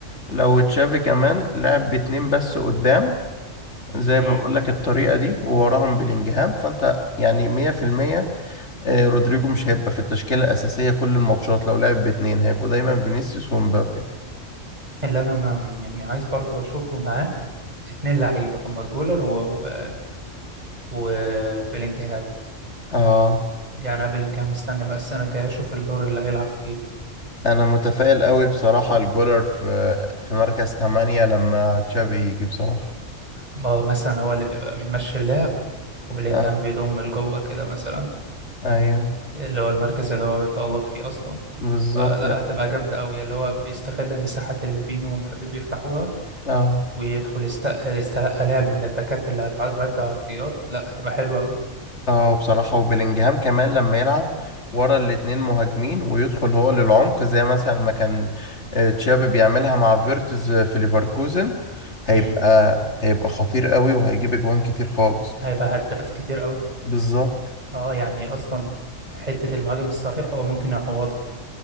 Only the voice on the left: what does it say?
لو تشافي كمان لعب باتنين بس قدام زي
ما بقول لك الطريقة دي ووراهم بلينجهام فانت يعني 100% آه، رودريجو مش هيبقى في التشكيلة الأساسية كل الماتشات لو لعب باتنين هيبقوا دايما فينيسيوس ومبابي
اه
انا متفائل قوي بصراحة الجولر في في مركز 8 لما تشافي يجي بصراحة
اه
ايوه
بالظبط
اه
اه بصراحة وبيلينجهام كمان لما يلعب ورا الاتنين مهاجمين ويدخل هو للعمق زي مثلا ما كان آه، تشابي بيعملها مع فيرتز في ليفركوزن هيبقى
هيبقى خطير قوي وهيجيب اجوان كتير خالص
بالظبط